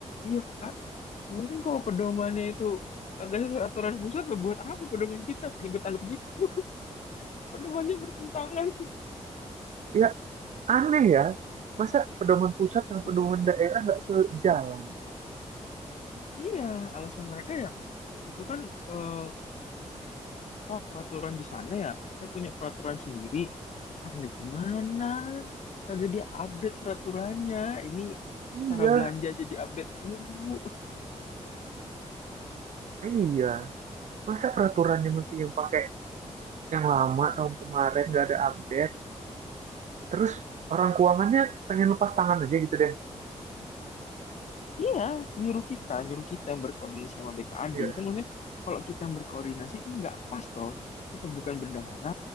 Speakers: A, on the left (about 70°); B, on the right (about 80°).
A: iya Pak Mungkin kalau pedomannya itu agak sesuai aturan pusat, lah, buat apa pedoman kita? Punya gue tangkap gitu. <laughs> Pedomannya bertentangan.
B: Ya Aneh ya, masa pedoman pusat sama
A: Emang
B: pedoman daerah nggak sejalan?
A: Iya, alasan mereka ya itu kan eh, apa, peraturan di sana ya. Kita punya peraturan sendiri. Ah, lah gimana? Kagak dia update peraturannya. Ini
B: Iya,
A: cara belanja jadi update mulu.
B: iya. Masa peraturannya masih yang pakai yang lama tahun kemarin nggak ada update. Terus orang keuangannya pengen lepas tangan aja gitu deh.
A: Iya, nyuruh kita, nyuruh kita yang berkoordinasi sama BKAD.
B: Iya,
A: Kan maksudnya kalau kita yang berkoordinasi kan nggak pas toh. Kita bukan bendahara,